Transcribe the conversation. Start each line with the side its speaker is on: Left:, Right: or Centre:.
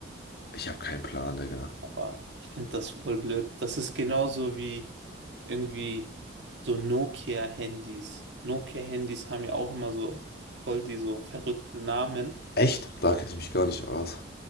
Left: Ich habe keinen Plan, Digga.
Right: aber ich finde das voll blöd. Das ist genauso wie irgendwie so Nokia-Handys. Nokia-Handys haben ja auch immer so voll die so verrückten Namen.
Left: Echt? Da kenne ich mich gar nicht aus.